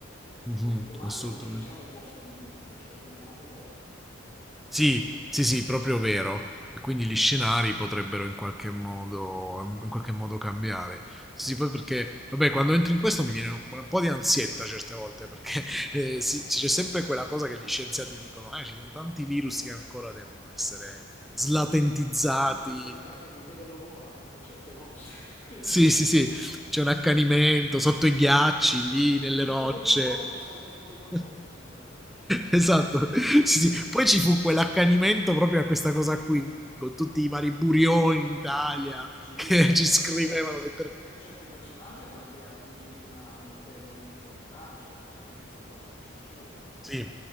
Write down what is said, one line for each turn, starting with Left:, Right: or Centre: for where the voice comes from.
Centre: Mhm,
Left: Queste domande
Centre: Assolutamente.
Left: non ce le siamo poste al momento, ce le poniamo dopo.
Centre: Sì, sì, sì, proprio vero. E quindi gli scenari potrebbero in qualche modo, in qualche modo cambiare. Sì, sì, poi perché, vabbè, quando entro in questo mi viene un, un po' di ansietta certe volte, eh, perché <laughs> eh, sì, c'è sempre quella cosa che gli scienziati dicono, eh, ci sono tanti virus che ancora devono essere slatentizzati.
Left: Sì, sì, sembra che non vedano l'ora, p- certe volte. <laughs>
Centre: Sì, sì, sì, c'è un accanimento sotto i ghiacci, lì nelle
Left: Non
Centre: rocce.
Left: vedono l'ora che salti fuori qualcosa,
Centre: <laughs>
Left: sembrerebbe. effettivamente.
Centre: Esatto, sì, sì. Poi ci fu quell'accanimento proprio a questa cosa qui, con tutti i vari burioni in Italia
Left: Sì,
Centre: che
Left: beh,
Centre: <laughs> ci
Left: certo,
Centre: scrivevano
Left: ma
Centre: lettere.
Left: eh, certi personaggi hanno anche acquisito una notevole notorietà, insomma, eh, con questa cosa, diciamoci la verità.
Centre: Sì,